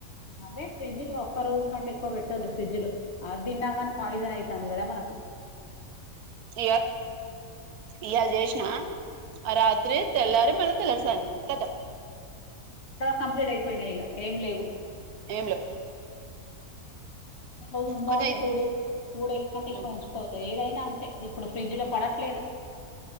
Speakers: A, on the left; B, on the right.
A: అదే ఫ్రిడ్జ్ లో ఒక్క రోజు కంటే ఎక్కువ పెట్టొద్దు ఫ్రిడ్జ్ లో అదిన్నగాని పాయిజన్ అయితాంది గదా మనకు
B: ఇగ ఇయాళ జేషినా ఆ రాత్రి తెల్లారి మళ్ళీ తెలారి సాయత్రం కథం
A: కంప్లీట్ అయిపోయినాయిగ ఏం లేవు
B: ఏం లేవ్
A: రోజు ఉండాలె
B: కొంచెం
A: టూ డేస్ టూ డేస్ కంటే ఎక్కువ
B: ఉమ్
A: ఉంచు పోదు ఏదైనా అంతే ఇప్పుడు ఫ్రిడ్జ్ లో పడట్లేదు